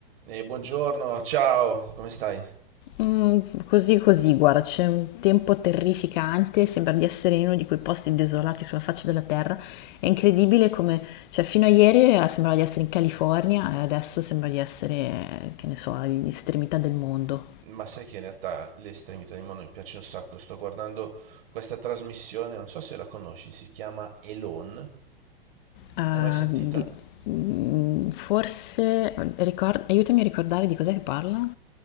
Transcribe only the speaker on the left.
Mm, così così, guarda, c'è un tempo terrificante, sembra di essere in uno di quei posti desolati sulla faccia della terra. È incredibile come, cioè, fino a ieri eh, sembrava di essere in California e adesso sembra di essere, eh, che ne so, all'estremità del mondo.
Ah,
di- mm, forse, ricor- aiutami a ricordare di cos'è che parla?